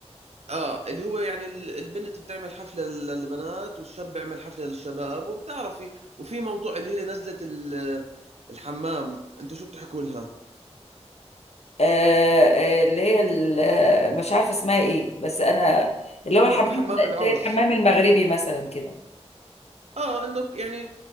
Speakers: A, on the right; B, on the left.
A: اه اللي هو يعني ال- البنت بتعمل حفلة لل- للبنات والشاب بيعمل حفلة للشباب وبتعرفي وفي موضوع اللي هي نزلة ال- الحمام انتوا شو بتحكوا لها
B: آه، آه، اللي هي ال- آه، مش عارفه اسمها ايه بس انا اللي هو الحمام
A: حم- حمام العرس
B: زي الحمام المغربي مثلا كده
A: اه انه يعني